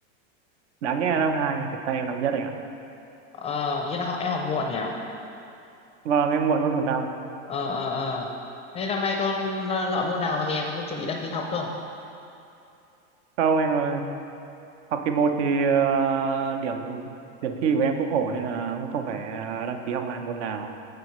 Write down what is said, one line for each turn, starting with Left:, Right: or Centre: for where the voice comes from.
Right: Đáng nhẽ là năm hai mà thực ra em năm nhất anh ạ.
Left: ờ nghĩa là họ em học muộn nhỉ
Right: Vâng, em muộn mất một năm.
Left: ờ ờ ờ thế năm nay con lợ môn nào hè con có chuẩn bị đăng ký học không
Right: Không anh ơi. học kỳ một thì ờ, điểm điểm thi của em cũng ổn nên là cũng không phải ờ, đăng ký học lại môn nào